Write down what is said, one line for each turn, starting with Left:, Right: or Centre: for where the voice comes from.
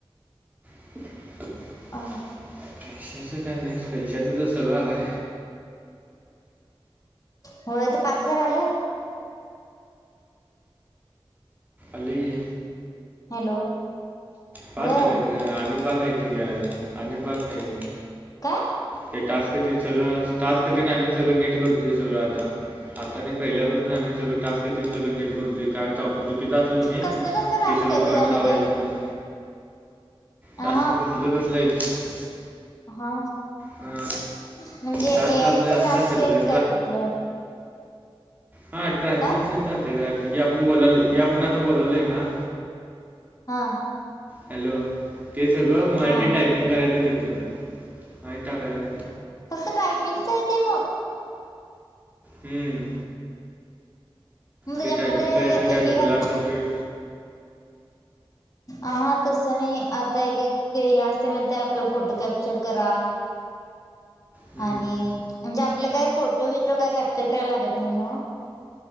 Right: <inaudible>
Left: आ.
Right: पैशाचं काय नाही पैशाचं तर सगळं हाय.
Left: होय ते पाच हजार आलं.
Right: आलं की.
Left: हॅलो.
Right: पाच
Left: व्हय
Right: आलेत गं आणि पाच आहेत आणि पाच हाईत.
Left: काय.
Right: ते टास्कतेन सगळं टास्कतेन आम्ही सगळं नीट करतोय सगळं आता. आता नाही पहिल्यापासूनच आम्ही सगळं टास्क तेन सगळं नीट करतोय काय टॉप. चुकीचं असलो कणी
Left: कसलं कसलं टास्क
Right: ते सगळं
Left: आहे
Right: डॉट
Left: त्याच्यामध्ये
Right: लावायचं.
Left: अ
Right: टास्क
Left: हा
Right: कसल कसलं आहेत.
Left: हा
Right: हां
Left: म्हणजे
Right: टास्क
Left: ए आयच
Right: आपलं असलं
Left: टास्क
Right: असतात
Left: आहेत
Right: गं
Left: काय कुठलं.
Right: हा ट्रान्स्क्रिप्शन
Left: काय
Right: राहते गं. जे आपण बोलालोय जे आपण आता बोलालोय ना.
Left: हा.
Right: हॅलो ते सगळं मराठी
Left: हा
Right: टायपिंग करायचं तिथं. आणि टाकायचं असतंय.
Left: फक्त टायपिंग च आहे ते मग.
Right: हम.
Left: मग त्याच्यामध्ये
Right: ते टायपिंग करायचं काय
Left: एकेकात
Right: चुकलं असेल तर.
Left: आ हा तसं नाही आता एकेक ते हे असतंय आपलं फोटो कॅप्चर करा.
Right: हं.
Left: आणि म्हणजे आपलं काय फोटो विटो काय कॅप्चर करायला लागत नाही नव्ह.